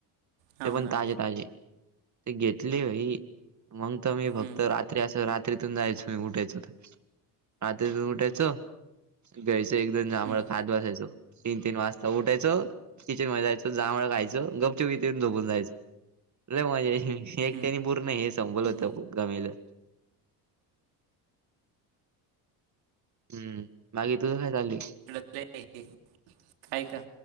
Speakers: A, on the right; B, on the right.
A: हाव
B: ते पणं
A: ना
B: तांजे तांजे ते घेतले मी मंग तरं मी फक्तं
A: हम्म
B: रात्री असं रात्रीतूंन जायचो. उठायचं रात्री उठायचो. घ्यांयचं एक दोन जांभळ
A: हम्म
B: खातं बसायचं. तीनं -तीनं वाजंता उठायचं. किचन मध्यें जायचं. जांभळ खायचं. गुपचूप इथे येऊन झोपूंन जायचं. लई मज्जा यांयची एकट्यांने
A: हम्म
B: पूर्ण संपवलं
A: हम्म
B: होतं घमेल. हम्मं बाकी तुझं कायं चाललंय
A: कायं कां